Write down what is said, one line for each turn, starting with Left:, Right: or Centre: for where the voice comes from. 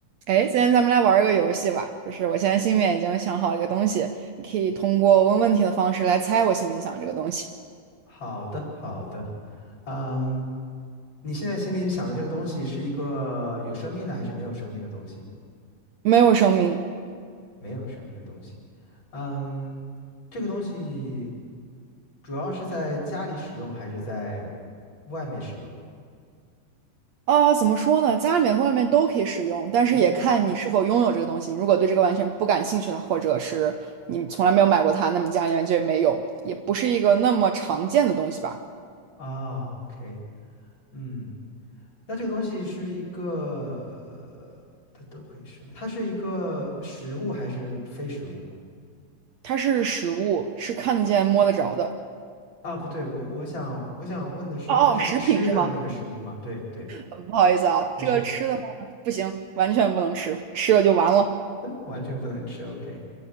Right: 哎，今天咱们来玩儿一个游戏吧，就是我现在心里面已经想好了一个东西，你可以通过问问题的方式来猜我心里面想这个东西，
Left: 好的，好的，嗯，你现在心里想的这个东西是一个有生命的还是没有生命的东西？
Right: 没有生命
Left: 没有生命的东西，嗯，这个东西主要是在家里使用还是在外面使用？
Right: 啊，怎么说呢？家里面和外面都可以使用，但是也看你是否拥有这个东西。
Left: 嗯，
Right: 你如果对这个完全不感兴趣的，或者是你从来没有买过它，那么你家里面就没有，也不是一个那么常见的东西吧。
Left: 啊，OK，嗯，那这个东西是一个，它都可以使用，它是一个食物还是非食物？
Right: 它是食物，是看得见、摸得着的。
Left: 啊，不对，我我想我想问的是，
Right: 哦哦，
Left: 它是吃的那个食物吗？
Right: 食品是吗？
Left: 对对。
Right: 呃不好意思啊，这个吃的话不行，
Left: 没事儿，
Right: 完全不能吃，吃了就完了。
Left: 完全不能吃。OK，